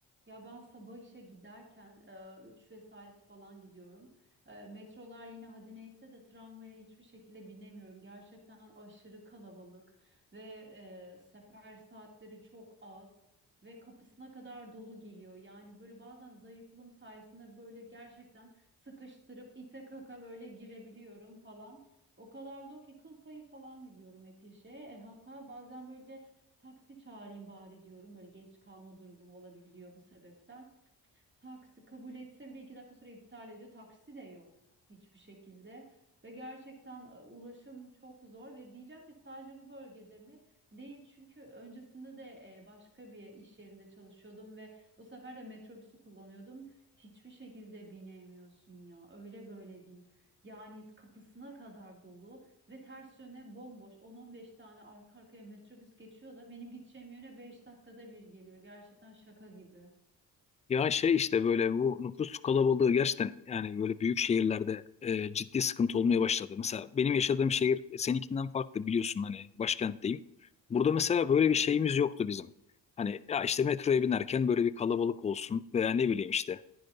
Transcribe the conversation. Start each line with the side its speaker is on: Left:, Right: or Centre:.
Right: Ya ben sabah işe giderken 3 vesaire falan gidiyorum. E, metrolar yine hadi neyse de tramvaya hiçbir şekilde binemiyorum. Gerçekten aşırı kalabalık ve e, sefer saatleri çok az ve kapısına kadar dolu geliyor. Yani böyle bazen zayıflığım sayesinde böyle gerçekten sıkıştırıp ite kaka böyle girebiliyorum falan. O kadar zor ki kıl payı falan gidiyorum hep işe. E, hatta bazen böyle Taksi çağırayım bari diyorum. Böyle geç kalma durumu olabiliyor bu sebepten. Taksi kabul etse bile iki dakika sonra iptal ediyor. Taksi de yok hiçbir şekilde. Ve gerçekten e, ulaşım çok zor ve diyeceğim ki sadece bu bölgede mi? Değil çünkü öncesinde de e, başka bir iş yerinde çalışıyordum ve o sefer de metrobüsü kullanıyordum. Hiçbir şekilde binemiyorsun ya öyle böyle değil. Yani kapısına kadar dolu ve ters yöne bomboş on on beş tane arka arkaya metrobüs geçiyor da benim gideceğim yöne 5 dakikada bir geliyor. Gerçekten şaka gibi.
Left: Ya şey işte böyle bu nüfus kalabalığı gerçekten yani böyle büyük şehirlerde e, ciddi sıkıntı olmaya başladı. Mesela benim yaşadığım şehir e, seninkinden farklı biliyorsun hani başkentteyim. Burada mesela böyle
Right: Evet.
Left: bir şeyimiz yoktu bizim. Hani ya işte metroya binerken böyle bir kalabalık olsun veya ne bileyim işte